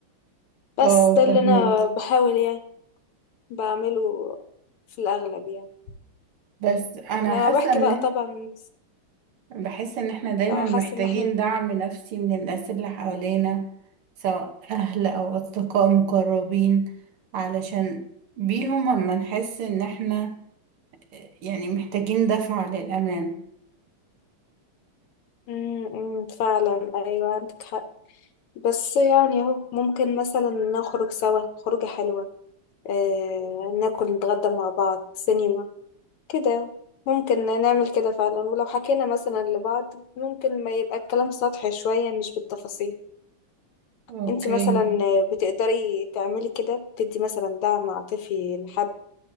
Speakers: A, on the left; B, on the right.
A: بس
B: اه
A: ده
B: فهميكي
A: اللي انا بحاول يعني بعمله في الاغلب يعني
B: بس انا
A: لما
B: حاسة
A: بحكي
B: ان
A: بقى طبعا
B: بحس ان احنا دايما
A: اه
B: محتاجين
A: حاسه ان احنا
B: دعم نفسي من الناس اللي حوالينا سواء اهل او اصدقاء مقربين علشان بيهم اما نحس ان احنا يعني محتاجين دفعة للأمان
A: امم امم، فعلا ايوه عندك حق بس يعني اهو ممكن مثلا نخرج سوا خروجة حلوة آه ناكل نتغدى مع بعض سينما كده ممكن نعمل كده فعلا ولو حكينا مثلا لبعض ممكن ما يبقى الكلام سطحي شوية مش بالتفاصيل
B: اوكي
A: انتي مثلا بتقدري تعملي كده بتدي مثلا دعم عاطفي لحد